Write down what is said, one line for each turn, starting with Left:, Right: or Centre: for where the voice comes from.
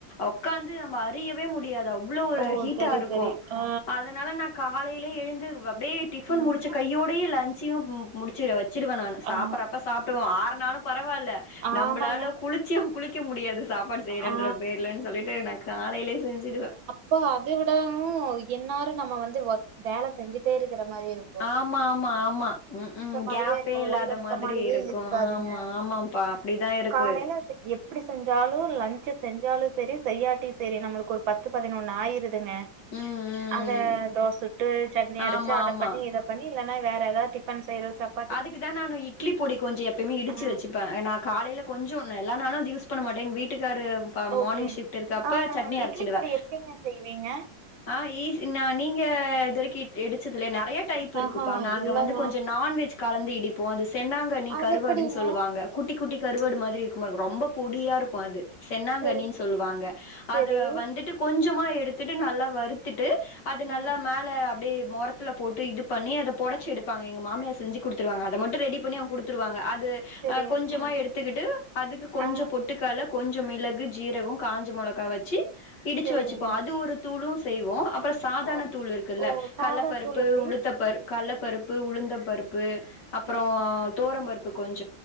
Left: ஒக்காந்து நம்ம அரியவே முடியாது அவ்ளோ ஒரு
Right: ஓ
Left: ஹீட்டா
Right: சரி
Left: இருக்கு
Right: சரி ஆ
Left: அதுனால நா காலைலே எழுந்து அப்டியே டிஃபன்
Right: ம்
Left: முடிச்ச கையோடயே லஞ்ச்சயு ம் முடிச்சு வெச்சுருவே நானு சாப்பறப்ப
Right: ஆ
Left: சாப்டுவோ ஆறுநாலு பரவால்ல
Right: ஆமாங்க
Left: நம்பளால குளிச்சு குளிக்க முடியாது சாப்பாடு செய்றேன்ற
Right: ஆ
Left: பேர்லன் சொல்லிட்டு நா காலைலே செஞ்சுடுவே
Right: சோ அதை விடவு என்நேர நம்ம வந்து ஒர்க் வேல செஞ்சுட்டே இருக்கிற மாரி இருக்
Left: ஆமாம்மா ஆமா ம் ம்
Right: மாரியே
Left: கேப்பே
Right: இருக்கு
Left: இல்லாத
Right: ஓய்வெடுத்த
Left: மாதிரி
Right: மாரியே
Left: இருக்கு
Right: இருக்காதுங்க
Left: ஆமா ஆமாம் பா அப்டிதா இருக்கு
Right: காலைல எப்டி செஞ்சாலு லஞ்ச்சு செஞ்சாலு சேரி செய்யாட்டியு சேரி நம்மளுக்கு ஒரு பத்து பதினொன்னு ஆயிருது துங்க
Left: ம்
Right: அத
Left: ம்
Right: தோச சுட்டு சட்னி அரச்சு
Left: ஆமா
Right: அத
Left: ஆமா
Right: பண்ணி இதப் பண்ணி இல்லனா வேற எதா டிஃபன் செய்றோ சப்
Left: அதுக்குதா நானு இட்லிப் பொடி கொஞ்ச எப்பயுமே இடிச்சு
Right: ஆ
Left: வச்சுப்பே நா காலைல கொஞ்ச நா எல்லா நாளு அது யூஸ் பண்ண மாட்டே எங் வீட்டுக்காரு இப்ப
Right: ஓகே
Left: மார்னிங் ஷிஃப்ட் இருக்கப்ப
Right: ஆ
Left: சட்னி அரைச்சிடுவே
Right: இட்லி பொடி எப்டிங்க செய்வீங்க
Left: ஆ ஈசி நா நீங்க இதுவரைக்கு இ இடுச்சதுல்லயா நெறையா டைப் இருக்குப்பா
Right: ஆஹா
Left: நாங்க
Right: இல்லங்க
Left: வந்து கொஞ்ச நான்வெஜ் கலந்து இடிப்போ அது சென்னாங்கண்ணி
Right: அது
Left: கருவாடுன்
Right: எப்டிங்க
Left: சொல்லுவாங்க குட்டி குட்டி கருவாடு மாதிரி இருக்குமா எனக்கு ரொம்ப பொடியா இருக்கு அது சென்னாங்கன்னினு
Right: செரி
Left: சொல்லுவாங்க
Right: செரி
Left: அத வந்துட்டு கொஞ்சமா எடுத்துட்டு நல்லா வருத்துட்டு அது
Right: ம்
Left: நல்லா மேல அப்டியே மொறத்துல போட்டு இது பண்ணி அத பொடச்சு எடுப்பாங்க எங்க மாமியா செஞ்சு குடுத்துருவாங்க அத மட்டு ரெடி பண்ணி அவுங்க குடுத்துருவாங்க அது
Right: சரி
Left: அ கொஞ்சமா
Right: ஆ
Left: எடுத் துக்கிட்டு அதுக்கு கொஞ்ச
Right: ஆ
Left: பொட்டுக்கட்ல கொஞ்ச மிளகு ஜீரக காஞ்ச மொளகா வெச்சு இடிச்சு
Right: சரிங்க
Left: வெச்சுப்போ அது ஒரு தூளு செய்வோ அப்பற சாதாண
Right: ஓ
Left: தூள் இருக்குல்ல
Right: ஓ சாதா
Left: கல்லப்பருப்பு
Right: தூள் எப்டி
Left: உளுத்த பருப் கல்லப்பருப்பு உளுந்த பருப்பு அப்றோ
Right: ம்
Left: தொவரம் பருப்பு கொஞ்ச